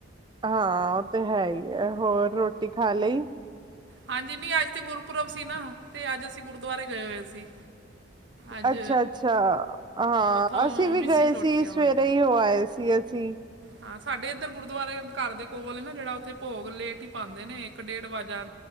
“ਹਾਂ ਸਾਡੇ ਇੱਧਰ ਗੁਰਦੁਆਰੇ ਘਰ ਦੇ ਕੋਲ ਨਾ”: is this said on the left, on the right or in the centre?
Right